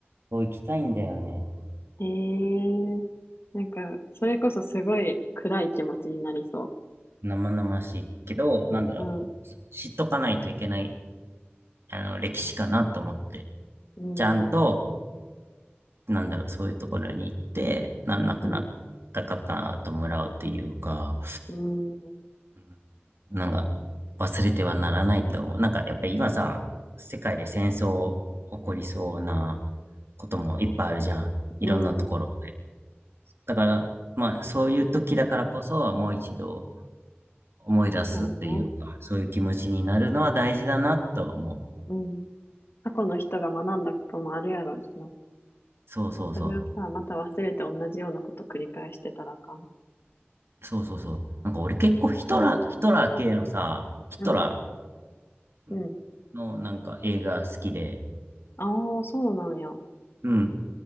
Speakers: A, on the right (about 65°); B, on the left (about 65°).
A: そう行きたいんだよね。
B: へえ。なんか、それこそすごい暗い気持ちになりそ
A: 生々しいけど、なんだろう。
B: う。うん。
A: 知っとかないといけないあの、歴史かなと思って、
B: 確かに。うん、
A: ちゃんと、
B: うん、
A: なんだろう、そういうところに行って、な、亡くなった方ともらうっていうか、
B: うん、うん、
A: うんなんか、忘れてはならないと思う。なんか、やっぱり今さ、世界で戦争起こりそうなこともいっぱいあるじゃん。いろんなところで。
B: うん。
A: だから、まあ、そういう時だからこそ、もう一度思い出すっていうか、
B: そうね。
A: そういう気持ちになるのは大事だなとは思う。
B: うん。過去の人が学んだこともあるやろうしな。
A: そうそうそう。
B: それをさ、また忘れて同じようなこと繰り返してたらあかんもん。
A: そうそうそう。なんか俺結構ヒトラー、ヒトラー系のさ、ヒトラ
B: うん、
A: ー
B: うん。
A: のなんか映画好きで、
B: ああ、そうなんや。
A: うんう